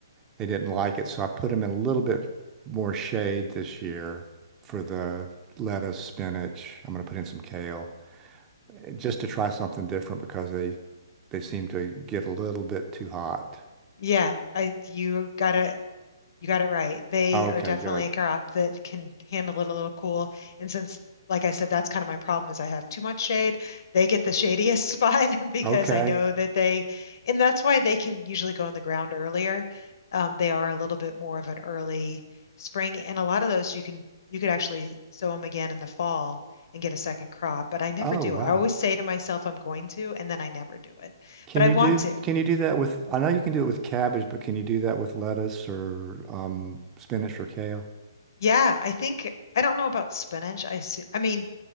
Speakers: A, on the right (about 20°); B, on the left (about 60°).
A: They didn't like it, so I put them in a little bit more shade this year for the lettuce, spinach. I'm going to put in some kale just to try something different because they they seem to get a little bit too hot.
B: Yeah, I you gotta You got it right. They
A: Oh,
B: are
A: okay,
B: definitely
A: good.
B: a crop that can handle it a little cool. And since, like I said, that's kind of my problem is I have too much shade. They get the shadiest spot <laughs> because
A: Okay.
B: I know that they, and that's why they can usually go in the ground earlier. Um, they are a little bit more of an early spring, and a lot of those you can you could actually sow them again in the fall and get a second crop. But I never
A: Oh,
B: do.
A: wow.
B: I always say to myself I'm going to, and then I never do it.
A: Can
B: But I
A: you
B: want
A: do
B: to.
A: can you do that with I know you can do it with cabbage, but can you do that with lettuce or um spinach or kale?
B: Yeah, I think I don't know about spinach. I see, I mean,